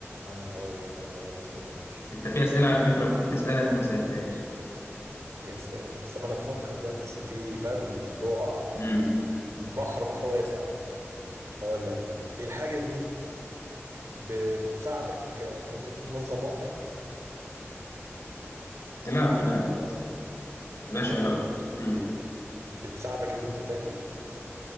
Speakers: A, on the right; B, on the left.
A: أنا هقول لك أنا هقول لك دلوقتي
B: انت في اسئله على فكره المفروض تسالها انت ما سالتهاش
A: في أسئلة طب استنى أنا بفكر دلوقتي أصل في فاهم الموضوع
B: امم
A: بحر بحر واسع هقول لك دلوقتي إيه الحاجة دي ب- بتساعدك إن أنت تنظم وقتك؟
B: لا لا لا ملهاش
A: لأ
B: علاقه
A: برضه
B: امم
A: بتساعدك إن أنت تاكل